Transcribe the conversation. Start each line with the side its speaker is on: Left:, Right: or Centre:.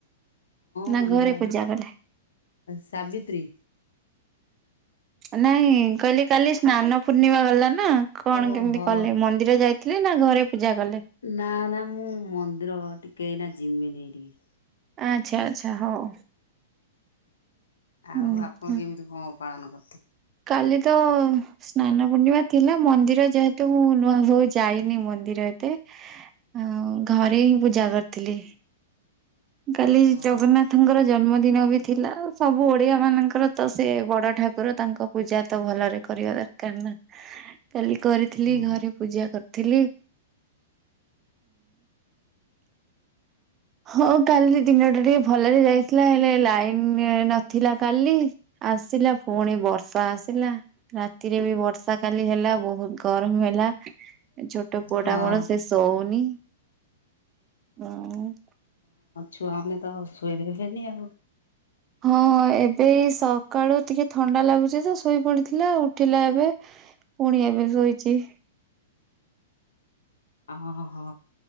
Right: ନା
Left: ମନ୍ଦର
Right: ଘରେ ପୂଜା କଲେ
Left: ସାବିତ୍ରୀ
Right: ନାଇଁ କହିଲି କାଲି ସ୍ନାନ ପୂର୍ଣ୍ଣିମା ଗଲାନ ନା କଣ
Left: ଓହୋ।
Right: କେମିତି କଲେ ମନ୍ଦିର ଯାଇଥିଲେ ନା ଘରେ ପୂଜା କଲେ?
Left: ନା ନା ମୁଁ ମନ୍ଦିର ଟିକେ ଏ ନା ଜିମିନି ଟିକେ
Right: ଆଚଛା ଆଚଛା ହଉ
Left: ଆଉ
Right: ହୁଁ
Left: ଆପଣ କେମିତି କଣ ପାଳନ କରୁ
Right: କାଲି ତ ସ୍ନାନ ପୂର୍ଣ୍ଣିମା ଥିଲା ମନ୍ଦିର ଯେହେତୁ ମୁଁ ନୂଆ ବଉ ଯାଇନି ମନ୍ଦିର ଏତେ ଆଉ
Left: ହଁ
Right: ଘରେ ହିଁ ପୂଜା କରିଥିଲି କାଲି
Left: ଓହୋ
Right: ଜଗନ୍ନାଥଙ୍କର ଜନ୍ମଦିନ ଦିନ ବି ଥିଲା ସବୁ ଓଡ଼ିଆ ମାନଙ୍କର ତ ସେ ବଡ଼ ଠାକୁର ତାଙ୍କ ପୂଜା ତ ଭଲରେ କରିବା ଦକାର ଦରକାର ନା କାଲି କରିଥିଲି
Left: ହଁ
Right: ଘରେ ପୂଜା କରି ଥିଲି ହ ହଉ କାଲି ଦିନଟା ଟିକେ ଭଲରେ ଯାଇଥିଲା ହେଲେ ଲାଇନ ନଥିଲା କାଲି ଆସିଲା ପୁଣି ବର୍ତ୍ ଆସିଲା ରାତିରେ ବି ବର୍ଷା କାଲି ହେଲା ବହୁତ ଗରମ ହେଲା ଛୋଟ ପ
Left: ହଁ
Right: ଟାମର ଶେଷ ହଉନି ହ
Left: ଛୁଆମ ନ ତ ସୋଇ ଦେଇ ଫେରନ ଆ
Right: ହଁ ଏବେ ସକାଳୁ ଟିକେ ଥଣ୍ଡା ଲାଗୁଛି ତ ଶୋଇ ପଡିଥିଲା ଉଠିଲା ଏବେ ପୁଣିଆ ବି ଶୋଇଛି
Left: ଓ ହୋ